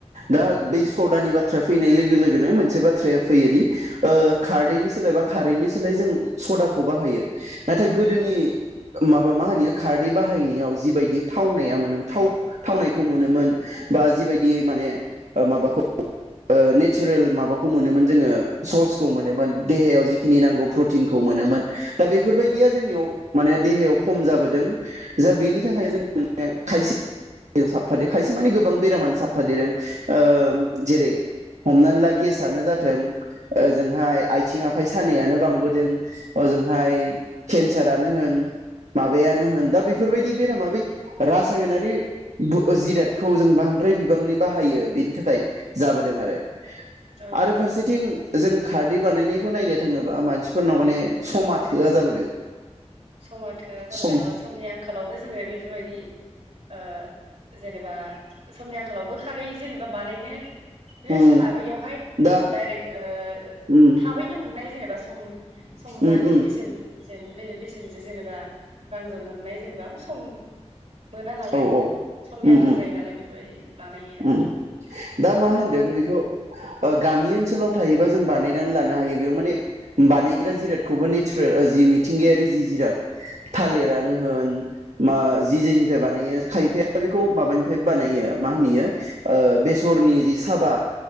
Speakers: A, on the right; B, on the right.
A: थ'
B: दा बै सदानि बाथ्राया फैनाय लोगो लोगोनो मोन नसे बाथ्राया फैयोदि ओ खारदैनि सोलाय बा खारैनि सोलाय जों सदाखौ बाहायो नाथाय गोदोनि
A: औ
B: माबा मा होनो इयो खारदै बाहायनायाव जिबायदि थावनाया मोनो थाव खौ मोनोन
A: औ
B: बा जिबाय बिदि माने माबाखौ ओ नेचारेल माबाखौ मोनोमोन जोङो सर्सखौ मोनोमोन देहायाव जिखिनि नांगौ प्रतिनखौ मोनोमोन दा बेफोरबायदिया
A: औ
B: जोंनियाव माने देहायाव खम जाबोदों जा बेनि थाखाय जों माने खायसे साबफादे खायसे माने गोबां बेरामानो साबफादेरो ओ जेरै हमनानै ला गेसनो जाथों ओजोंहाय आथिं आखाय सानायानो बांबोदों ओजोंहाय केन्सारानो होन माबायानो होन दा बेफोरबायदि बेरामा बे रासायनारि बु जिरादखौ जों बांद्राय बिबांनि बाहायो बेनि थाखाय जाबोदों आरो
A: औ
B: आरो फारसेथिं जों खारदै बानायनायखौ नायनो थाङोबा मानसिफोरनाव माने समा थोआ जाबोदों
A: समा थोआ जाबोदों
B: सम
A: ओ समनि आंखालावबो जोङो बेफोरबायदि ओ जेनेबा समनि आंखालावबो खारै जेनेबा बानायनो
B: उम
A: सोलाबैयावहाय
B: दा
A: डाइरेक्ट ओ
B: उम
A: थाबैनो मोननाय जेनेबा सम सम नाङै
B: उम उम
A: बेसेन जेन बे बेसेनजों जेनेबा रांजों मोननाय जेनेबा सम मोना नालाय
B: औ औ
A: समनि
B: उम
A: आंखाल
B: उम
A: जायो नालाय बेफोरबायदि बानायो आरोखि
B: उम दा मा
A: थ' औ
B: होनदों बेखौ ओ गामि ओनसोलाव थायोबा जों बनानै लानो हायो बेयाव माने बानायग्रा जिरादखौबो नेचारेल जि मिथिंगायारि जि-जि-जिराद थालिरानो
A: औ
B: होन मा जि जेनिफ्राय बानायो खायफाया बेखौ माबानिफाय बानायो मा होनो इयो ओ बेसरनि जि साबा